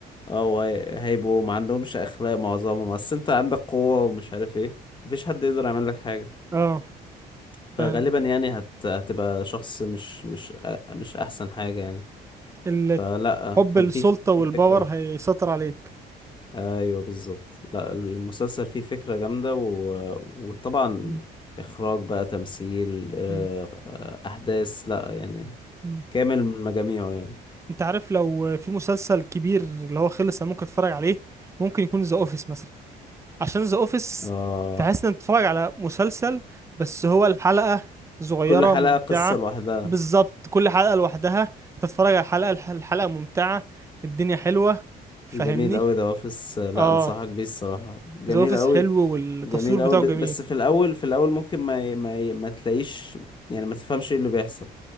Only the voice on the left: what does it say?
اه وهي- هيبقوا ما عندهمش أخلاق معظمهم أصل أنت عندك قوة ومش عارف ايه مفيش حد يقدر يعمل لك حاجة
فغالبا
يعني هت... هتبقى شخص مش مش أ- مش أحسن حاجة يعني
فلا
كان
في في
فكرة
ايوه بالظبط لا المسلسل فيه فكرة جامدة و... وطبعا
اخراج بقى تمثيل آه،
آه، احداث لا يعني
كامل من مجاميعه يعني
آه
كل حلقة
قصة لوحدها
جميل قوي ده اوفيس آه، لا
انصحك بيه الصراحة جميل
قوي
جميل
قوي ب-
بس في الاول في الاول ممكن ما ي- ما ي- ما تلاقيش يعني ما تفهمش ايه اللي بيحصل